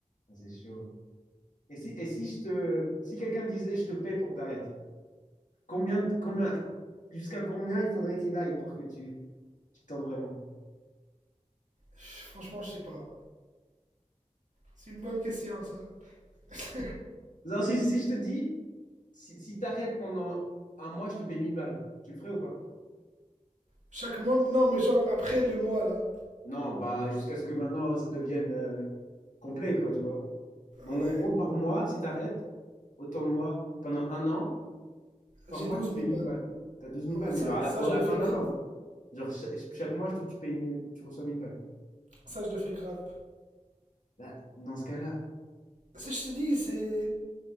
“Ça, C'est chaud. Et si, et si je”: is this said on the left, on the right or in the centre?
Left